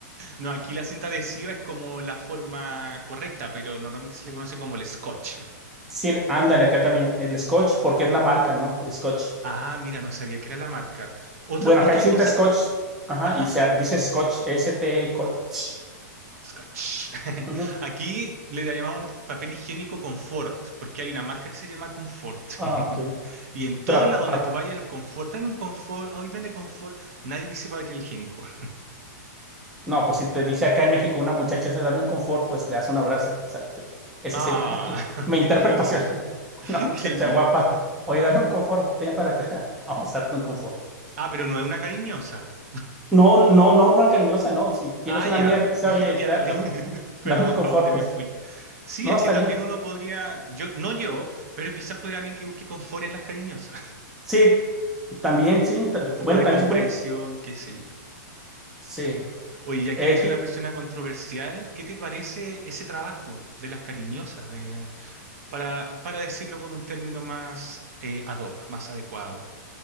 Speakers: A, on the right; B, in the centre.
A: No, aquí la cinta adhesiva es como la forma correcta, pero normalmente se le conoce como el scotch.
B: Sí, ándale, acá también. El Scotch, porque es la marca, ¿no? Scotch.
A: Ah, mira, no sabía que era la marca. Otra,
B: Bueno,
A: otra
B: acá hay cinta
A: cosa,
B: Scotch. Ajá,
A: ajá.
B: y se dice Scotch, S-T, Scotch.
A: Scotch. <laughs>
B: Ujú.
A: Aquí le llamamos papel higiénico confort, porque hay una marca que se llama confort.
B: Ah,
A: <laughs>
B: ok.
A: Y en todos
B: Pero
A: lados
B: a,
A: donde tú vayas, el confort, dame un confort, ah, hoy vende confort, nadie dice papel higiénico.
B: No, pues si te dice acá en México una muchacha se dame un confort, pues le das un abrazo. O sea, te- esa
A: Ah,
B: sería <laughs> el- mi
A: <laughs>
B: interpretación.
A: ay, qué lindo,
B: <laughs>
A: <laughs>
B: Una muchacha
A: qué lindo.
B: guapa, oye, dame un confort, ven para acá, <laughs> vamos a darte un confort.
A: Ah, pero no es una cariñosa.
B: No, no, no, no cariñosa, no. Si tienes
A: Ah,
B: una
A: ya,
B: amiga que te dice,
A: <laughs>
B: oye,
A: Ah, ya,
B: da-
A: dale.
B: dame,
A: <laughs>
B: un-
A: Perdón,
B: dame un confort,
A: ¿para dónde me
B: pues
A: fui? Sí,
B: no,
A: es
B: está
A: que también
B: bien.
A: uno podría, yo, no yo, pero quizás puede alguien que busque confort en las cariñosas.
B: Sí, también, sí.
A: <laughs>
B: ta-
A: Un poco
B: Bueno,
A: de
B: también
A: comprensión,
B: se pueden.
A: qué sé yo.
B: Sí.
A: Oye, ya
B: Eh,
A: que eres
B: qui-
A: una persona controversial, ¿qué te parece ese trabajo de las cariñosas, de, para, para decirlo con un término más eh, ad hoc, más adecuado?